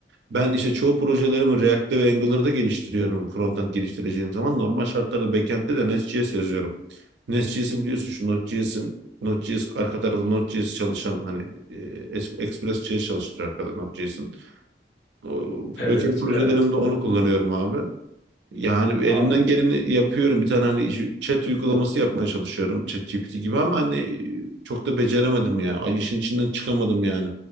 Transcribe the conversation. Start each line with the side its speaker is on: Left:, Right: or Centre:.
Right: Ben işte çoğu projelerimi React'te ve Angular'da geliştiriyorum. Frontend geliştireceğim zaman normal şartlarda backend'te de Nest.js yazıyorum. Nest.js'i biliyorsun şu Node.js'in Node.js arka tarafı Node.js çalışan hani e, es- Express.js çalıştırıyor arkada Node.js'in. O,
Left: Evet,
Right: backend projelerimde
Left: evet.
Right: onu kullanıyorum abi. Yani elimden
Left: An-
Right: geleni yapıyorum. Bir tane hani işi- chat uygulaması yapmaya çalışıyorum. ChatGPT gibi ama hani e, çok da beceremedim ya. Ay, işin içinden çıkamadım yani.